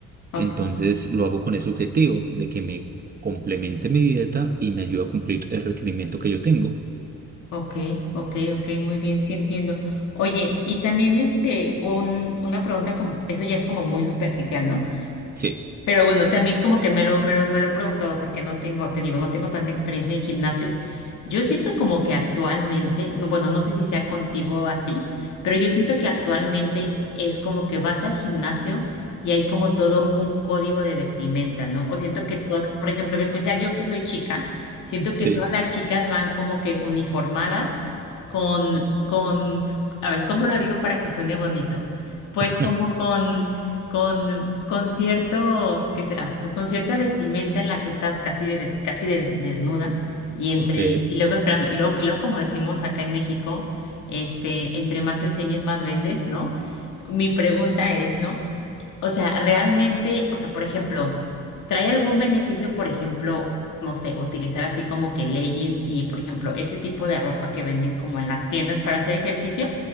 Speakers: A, on the left (about 75°); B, on the right (about 30°).
A: ok,
B: Entonces lo hago con ese objetivo de que me complemente mi dieta y me ayude a cumplir el requerimiento que yo tengo.
A: ok, ok, ok, muy bien, sí entiendo. Oye, y también este, un, una pregunta como, eso ya es como muy superficial, ¿no?
B: Sí,
A: Pero bueno, también como que me lo, me lo, me lo he preguntado porque no tengo, te digo, no tengo tanta experiencia en gimnasios. Yo siento como que actualmente, no, bueno, no sé si sea contigo así, pero yo siento que actualmente es como que vas al gimnasio y hay como todo un código de vestimenta, ¿no? O siento que todo, por ejemplo, en especial yo que soy chica, siento
B: sí,
A: que todas las chicas van como que uniformadas con, con, pues, a ver, ¿cómo lo digo para que suene bonito? Pues
B: <laughs>
A: como con con, con ciertos, ¿qué será? Pues con cierta vestimenta en la que estás casi, de des- casi des- desnuda y entre,
B: ok.
A: y luego, espérame, y luego, y luego como decimos acá en México, este, entre más enseñes, más vendes, ¿no? Mi pregunta es, ¿no? O sea, realmente, o sea, por ejemplo, ¿trae algún beneficio, por ejemplo, no sé, utilizar así como que leggings y, por ejemplo, ese tipo de ropa que venden como en las tiendas para hacer ejercicio?